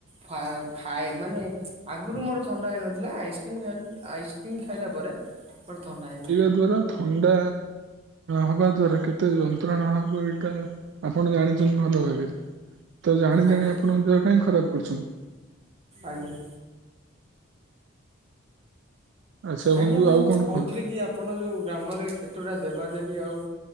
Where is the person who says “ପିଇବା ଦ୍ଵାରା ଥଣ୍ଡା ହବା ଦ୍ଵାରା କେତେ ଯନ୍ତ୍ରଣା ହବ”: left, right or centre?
Right